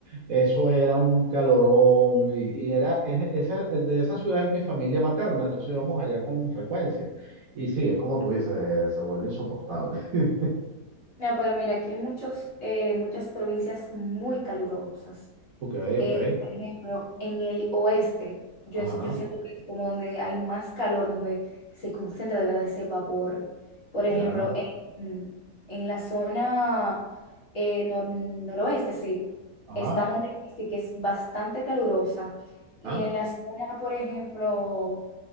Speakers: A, on the right; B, on the left.
A: eso era un calorón, y, y era, es- esa- de esa ciudad es mi familia materna, entonces íbamos allá con frecuencia. Y sí, es como tú dices, se vuelve insoportable. <laughs>
B: No, pero mira, aquí hay muchos, eh, muchas provincias muy calurosas.
A: Ok,
B: Eh,
A: ok,
B: por ejemplo, en el oeste, yo,
A: ajá,
B: yo siento que es como donde hay más calor, donde se concentra de verdad ese vapor. Por ejemplo,
A: ya,
B: en, en la zona eh, nor- noroeste, sí,
A: ajá,
B: está Montecristi, que es bastante calurosa. Y
A: ah,
B: en la zona, por ejemplo,